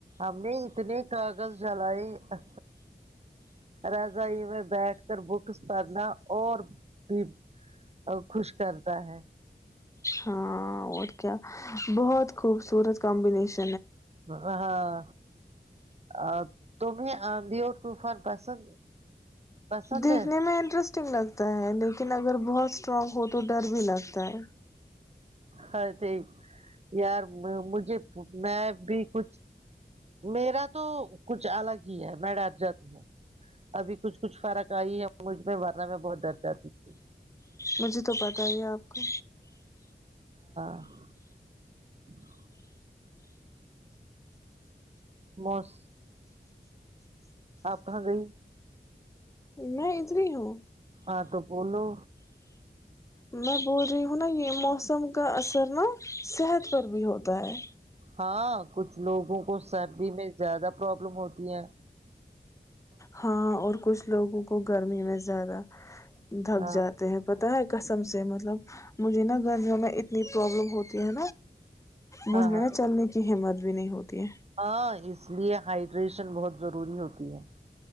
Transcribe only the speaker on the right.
ہم نے اتنے کاغذ جلائے رضائی میں بیٹھ کر بکس پڑھنا اور بھی خوش کرتا ہے
ہاں ا تمیں آدھی اور طوفان پسند پسند
ہے
ہ صی یار مجھے میں بھی کچھ میرا تو کچھ الگ ہی ہے میں ڈر جاتی ہوں ابھی کچھ کچھ فرق آئی ہے مجھ میں مرنا میں بہت ڈر جاتی تھی
<inaudible> بس آپ کہاں گئی
ہاں تو بولو
ہاں کچھ لوگوں سردی میں زیادہ پرابلم ہوتی ہیں
ہاں
ہاں
ہاں
ہاں اس لیے ہائڈریشن بہت ضروری ہوتی ہے